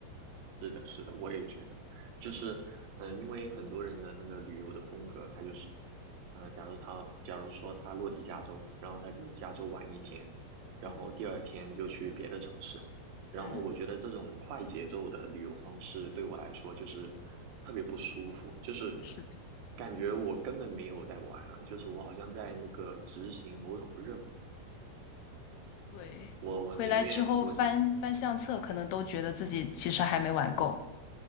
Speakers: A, on the right; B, on the left.
A: 是的，是的，我也觉得，就是，嗯、因为很多人的那个旅游的风格，他就是呃，假如他假如说他落地加州，然后他就加州玩一天，然后第二天就去别的城市，
B: 嗯
A: 然后我觉得这种快节奏的旅游方式对我来说就是特别不舒服，
B: 嗯，
A: 就是
B: 是的，
A: 感觉我根本没有在玩啊，就是我好像在那个执行某种任务，
B: 对。
A: 我我宁愿我，
B: 回来之后翻翻相册，可能都觉得自己其实还没玩够，